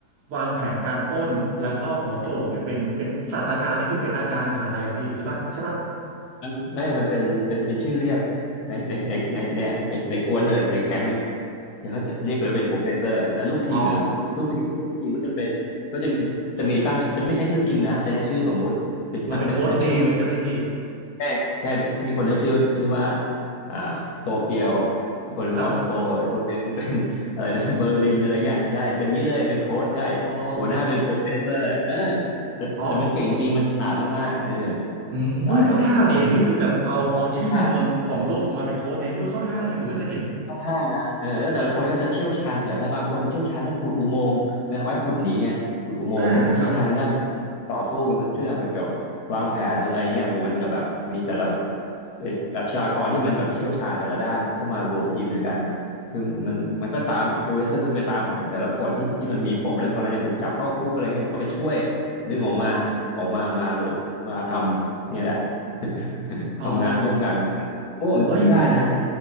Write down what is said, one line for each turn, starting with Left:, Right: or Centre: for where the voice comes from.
Right: วางแผนการปล้นแล้วก็หัวโจกเนี่ยเป็นเป็นศาสตราจารย์นี่คือเป็นอาจารย์ในมหาลัยเหรอพี่หรือปะใช่ปะ
Left: มันไม่มันเป็นเป็นเป็นชื่อเรียกในในในในเนี่ยในในกวนเลยในแก๊งเนี่ยเขาจะเรียกเลยว่าเป็นโปรเฟสเซอร์แล้วลูกทีมหรือลูกทีมลูกทีมก็จะเป็นก็จะ
Right: อ๋อ
Left: จะมีตั้งจะไม่ใช่ชื่อจริงนะจะใช้ชื่อสมมุติเป็นเป็นเป็นชื่อ
Right: เหมือนเป็นโค้ดเนมใช่ไหมพี่
Left: ใช่ใช่จะมีคนที่ชื่อชื่อว่าอ่าโตเกียวอีกคนมอสโกอีกคนหนึ่งเป็น
Right: ครับ
Left: <laughs> อะไรนะเบอร์ลินอะไรเงี้ยใช่เป็นงี้เลยเป็นโค้ชใช่
Right: อ๋อ
Left: หัวหน้าเป็นโปรเฟสเซอร์เออแต่แต่มันเก่งจริงมันฉลาดมากๆเออ
Right: อ๋ออืมเอ้ยเข้าท่าดีนะพี่คือแบบเอาเอาชื่อเมืองของโลกมาเป็นโค้ดเนมเออเข้าท่าดีผมไม่เคยเห็น
Left: ใช่โอ้ ค่อนข้างนะเออแล้วแต่ละคนก็จะเชี่ยวชาญแต่ละบางคนเชี่ยวชาญด้านขุดอุโมงค์นะไว้ขุดหนีไงขุดอุโมงค์บางคนเชี่ยวชาญด้านแบบต่อสู้เป็นคนเชื่อแบบแบบวางแผนอะไรเงี้ยโหมันจะแบบมีแต่ละ
Right: อ่าครับ
Left: เอ่ออาชญากรที่มันแบบเชี่ยวชาญแต่ละด้านเข้ามารวมทีมด้วยกันคือมันมันก็ตามโปรเฟสเซอร์มันไปตามหาแต่ละคนที่ที่มันมีปมแล้วกำลังจะถูกจับเข้าคุกอะไรเงี้ยมันก็ไปช่วยดึงออกมาออกมามามาทำเนี่ยแหละ <laughs>
Right: อ๋อ
Left: ทำงานร่วมกันโอ้ใช้ได้นะ
Right: เอ้ย